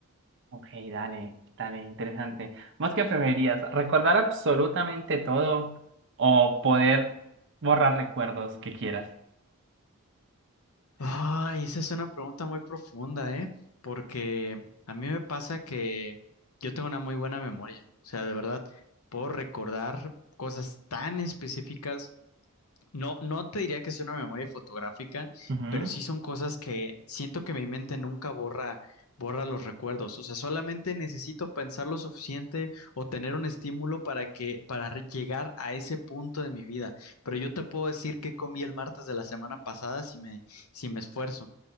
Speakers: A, on the right; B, on the left.
A: ok, dale, dale, interesante. ¿Vos qué preferirías? ¿Recordar absolutamente todo o poder borrar recuerdos que quieras?
B: Ay, esa es una pregunta muy profunda, ¿eh? Porque a mí me pasa que yo tengo una muy buena memoria. O sea, de verdad, puedo recordar cosas tan específicas no, no te diría que sea una memoria fotográfica,
A: Ujú,
B: pero sí son cosas que siento que mi mente nunca borra, borra los recuerdos. O sea, solamente necesito pensar lo suficiente o tener un estímulo para que, para re- llegar a ese punto de mi vida. Pero yo te puedo decir que comí el martes de la semana pasada si me, si me esfuerzo. O